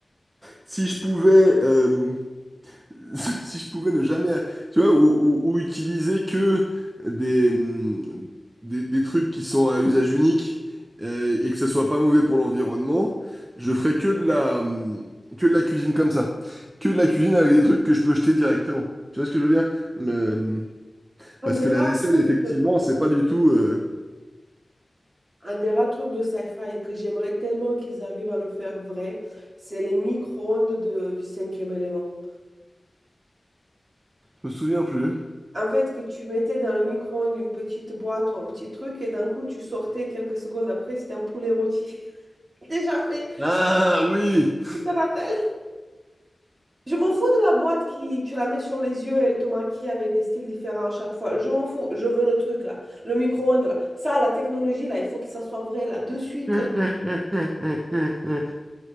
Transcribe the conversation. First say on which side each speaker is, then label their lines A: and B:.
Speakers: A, on the right (about 30°); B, on the right (about 50°).
A: Si je pouvais, euh, <laughs> si je pouvais ne jamais, tu vois, ou, ou- ou utiliser que des, hum, des, des trucs qui sont à usage unique euh, et que ce soit pas mauvais pour l'environnement, je ferais que de la, hum, que de la cuisine comme ça, que de la cuisine avec des trucs que je peux jeter directement. Tu vois ce que je veux dire? Le, hum,
B: Un
A: parce
B: des
A: que
B: rares
A: la vaisselle,
B: trucs
A: effectivement,
B: de,
A: c'est pas du tout. euh,
B: un des rares trucs de sci-fi que j'aimerais tellement qu'ils arrivent à le faire vrai, c'est les micro-ondes de- du cinquième élément.
A: je me souviens plus.
B: en fait, que tu mettais dans le micro-ondes une petite boîte ou un petit truc, et d'un coup, tu sortais quelques secondes après, c'était un poulet rôti. <laughs> Déjà fait,
A: Ah
B: je
A: oui!
B: te rappelle. Je m'en fous de la boîte qui, tu la mets sur les yeux et elle te maquille avec des styles différents à chaque fois. Je m'en fous, je veux le truc là, le micro-ondes là. Ça, la technologie là, il faut que ça soit vrai là, de suite.
A: <laughs>
B: là.